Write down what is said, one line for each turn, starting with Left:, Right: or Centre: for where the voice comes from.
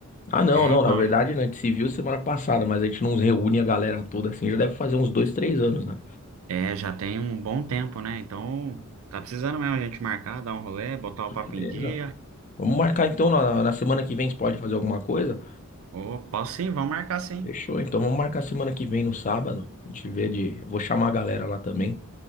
Left: Ah, não,
Right: É,
Left: não.
Right: então,
Left: Na verdade, né, a gente se viu semana passada, mas a gente não reúne a galera toda assim. Já deve fazer uns dois, três anos, né?
Right: é, já tem um bom tempo, né? Então, tá precisando mesmo a gente marcar, dar um rolê, botar o
Left: Beleza.
Right: papo em dia.
Left: Vamos marcar então na, na semana que vem. Você pode fazer alguma coisa?
Right: Ô, posso sim, vamos marcar sim.
Left: Fechou. Então vamos marcar semana que vem no sábado. A gente vê de. Eu vou chamar a galera lá também.